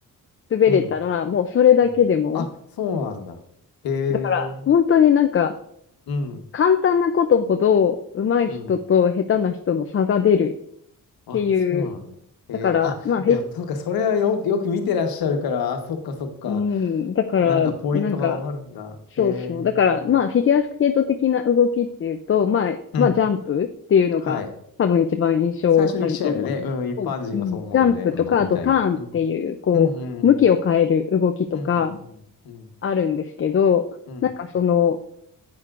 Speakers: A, on the left (about 40°); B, on the left (about 85°).
A: 滑れたら、
B: うん、
A: もうそれだけでも、
B: うん。あ、そうなんだ。へえ。
A: だから、本当になんか、
B: うん、
A: 簡単なことほど上手い人と下手な人の差が出る
B: うん。あ、
A: っていう。
B: そうなんだ。えー、
A: だから、
B: あ、
A: まあ、フィ、
B: いや、そうか、それはよ、よく見てらっしゃるから、あ、そっかそっか。
A: うん、だから、
B: なんかポイントがわかるんだ。
A: なんか、そうそう。
B: えー、
A: だから、まあ、フィギュアスケート的な動きっていうと、まあ、
B: うん。
A: まあ、ジャンプっていうのが多分一番印象あると思うんですけど、
B: はい。最初に来ちゃえばね、うん、一般人はそう思うよね。
A: うん、ジャンプとか、
B: うん僕みたいに。
A: あとターンっていう、
B: うん。
A: こう、
B: うんうん
A: 向きを変える動きとか
B: うんうんうん
A: あるんですけど、
B: うん
A: なんかその、